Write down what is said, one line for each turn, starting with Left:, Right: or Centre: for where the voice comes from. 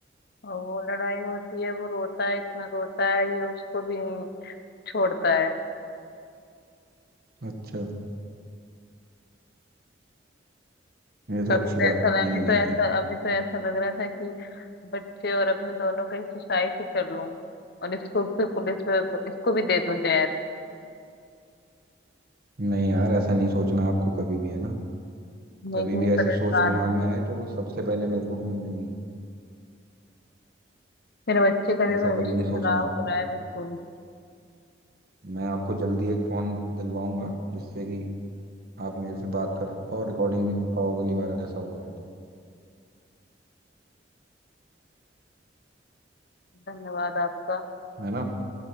Left: और वो लड़ाई होती है वो रोता है इतना रोता है ये उसको भी नहीं छोड़ता है
Right: तो अच्छा ये तो
Left: कभी
Right: अच्छी
Left: तो
Right: बात
Left: ऐसा लगा-
Right: नहीं
Left: अभी
Right: है देखिए
Left: तो ऐसा अभी तो ऐसा लग रहा था कि बच्चे और अपने दोनों का ही सुसाइड ही कर लूं और इसको फिर पुलिस पे इसको भी दे दूं जहर
Right: नहीं यार ऐसा नहीं सोचना आपको कभी भी है ना
Left: मैं
Right: कभी
Left: इतनी
Right: भी ऐसी
Left: परेशान
Right: सोच दिमाग
Left: हूँ
Right: में आए तो सबसे पहले मेरे को फोन करनी
Left: मेरे बच्चे का भी
Right: है ऐसा
Left: भविष्य
Right: कभी नहीं
Left: खराब
Right: सोचना आपको
Left: हो रहा है बिल्कुल
Right: मैं आपको जल्दी एक फोन दिलवाऊंगा जिससे कि आप मेरे से बात कर पाओ रिकॉर्डिंग भी कर पाओ अगली बार ऐसा होता है तो
Left: धन्यवाद आपका
Right: है ना